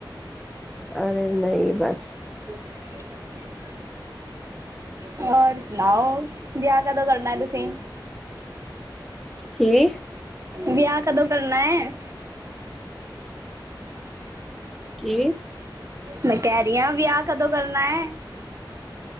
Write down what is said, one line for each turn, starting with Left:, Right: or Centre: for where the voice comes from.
Centre: ਅਰੇ ਨਹੀਂ ਬਸ ਹਮ
Right: <inaudible> ਹੋਰ ਸੁਣਾਓ ਵਿਆਹ ਕਦੋਂ ਕਰਨਾ ਹੈ ਤੁਸੀਂ?
Centre: ਕੀ
Right: ਵਿਆਹ ਕਦੋਂ ਕਰਨਾ ਹੈ
Centre: ਕੀ
Right: ਮੈਂ ਕਹਿ ਰਹੀ ਹਾਂ ਵਿਆਹ ਕਦੋਂ ਕਰਨਾ ਹੈ